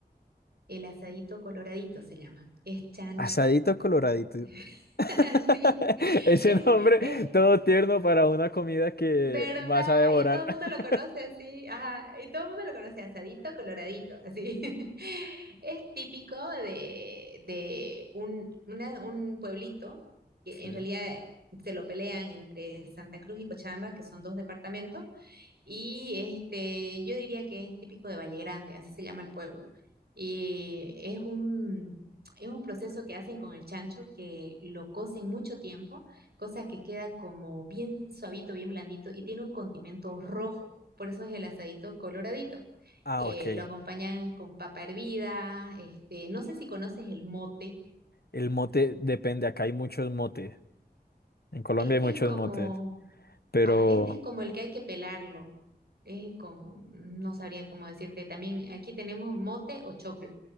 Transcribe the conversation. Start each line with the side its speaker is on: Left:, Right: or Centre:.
Right: el asadito coloradito, se llama. Es chancho,
Left: Asadito coloradito.
Right: <laughs>
Left: <laughs> <laughs>
Right: sí,
Left: Ese
Right: es,
Left: nombre
Right: es
Left: todo tierno para una comida que
Right: ¿Verdad?
Left: vas a devorar.
Right: Y todo el
Left: <laughs>
Right: mundo lo conoce así, ajá, y todo el mundo lo conoce asadito, coloradito, así. <laughs> Es típico de, de un, una- un pueblito que
Left: Sí.
Right: en realidad se lo pelean entre Santa Cruz y Cochabamba, que son dos departamentos, y este, yo diría que es típico de Valle Grande, así se llama el pueblo. Y es un, es un proceso que hacen con el chancho que lo cocen mucho tiempo, cosa que queda como bien suavito, bien blandito y tiene un condimento rojo. Por eso es el asadito coloradito.
Left: Ah,
Right: Eh,
Left: ok.
Right: lo acompañan con papa hervida, este, no sé si conoces el mote.
Left: El mote depende, acá hay muchos motes. En Colombia
Right: Este
Left: hay muchos
Right: es como
Left: motes, pero
Right: Ah, este es como el que hay que pelarlo. Es con, no sabría cómo decirte. También aquí tenemos mote o choclo.